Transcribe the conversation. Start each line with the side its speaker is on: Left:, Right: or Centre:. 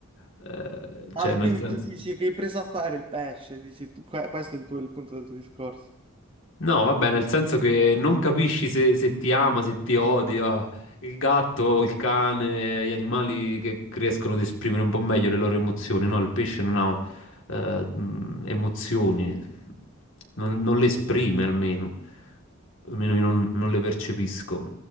Left: eh,
Right: Ah,
Left: cioè nel
Right: quindi
Left: senso...
Right: tu dici che hai preso a fare il pesce, dici tu, que- questo è il tuo, il punto del tuo discorso.
Left: No, vabbè, nel senso che non capisci se, se ti ama, se ti odia. Il gatto, il cane, gli animali che riescono ad esprimere un po' meglio le loro emozioni, no? Il pesce non ha eh, mh, emozioni, non, non le esprime almeno, almeno io non, non le percepisco.